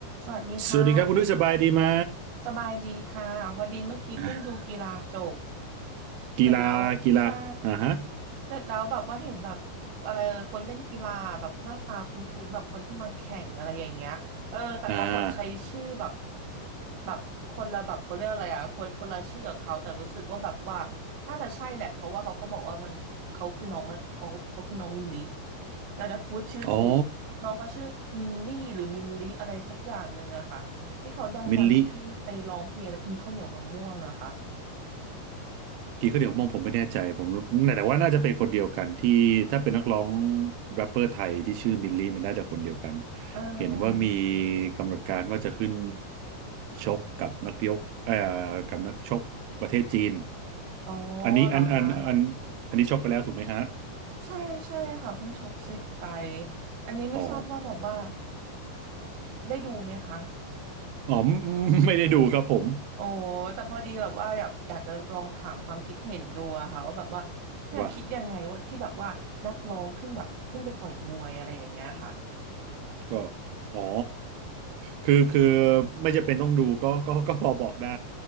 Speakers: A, on the right; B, on the right.
A: สวัสดีค่ะ
B: สวัสดีครับคุณนุ้ยสบายดีไหม
A: สบายดีค่ะ พอดีเมื่อกี้เพิ่งดูกีฬาจบ
B: อ่ะกีฬากีฬาอ่าฮะ
A: เสร็จแล้วใช่เสร็จแล้วแบบว่าเห็นแบบอะไรคนเล่นกีฬาแบบหน้าตาคุ้นๆแบบคนที่มาแข่งอะไรอย่างเงี้ยเออแต่เขาแบบใช้ชื่อแบบ
B: อ่า
A: แบบคนละแบบเขาเรียกอะไรอ่ะคนคนละชื่อกับเขาแต่รู้สึกว่าแบบว่าน่าจะใช่แหละเพราะว่าเขาก็บอกว่ามันเขาคือน้องมะเขาเขาคือน้องมิลลิน่าจะพูดชื่อถูกน้องก็ชื่อมินลี่หรือมินลิอะไรสักอย่างหนึ่งอะค่ะที่เขาดังๆที่ไปร้องเพลงแล้วกินข้าวเหนียวมะม่วงอะค่ะ
B: อ๋อมิลลิกี่ก็เดี๋ยวมองผมไม่แน่ใจผมนึกแต่ว่าน่าจะเป็นคนเดียวกันที่ถ้าเป็นนักร้องแรปเปอร์ไทยที่ชื่อมิลลิเนี่ยน่าจะคนเดียวกัน
A: อ่า
B: เห็นว่ามีกำหนดการว่าจะขึ้นชกกับนักยกเอ่อกับนักชกประเทศจีน
A: อ๋อ
B: อันนี้อันอันอัน
A: เหรอคะ
B: อันนี้ชกไปแล้วถูกไหมฮะ
A: ใช่ใช่ค่ะเพิ่งชกเสร็จไปอันนี้ไม่ทราบว่าแบบว่า
B: อ๋อ
A: ได้ดูไหมคะ
B: อ๋อไม่ไม่ได้ดูครับผม
A: โอ้แต่พอดีแบบว่าอยากอยากจะลองถามความคิดเห็นดูอะค่ะว่าแบบว่าเนี่ยคิดยังไงว่าที่แบบว่านักร้องขึ้นแบบขึ้นไปต่อยมวยอะไรอย่างเงี้ยค่ะ
B: ว่าก็อ๋อ คือคือไม่จำเป็นต้องดูก็ก็ก็พอบอกได้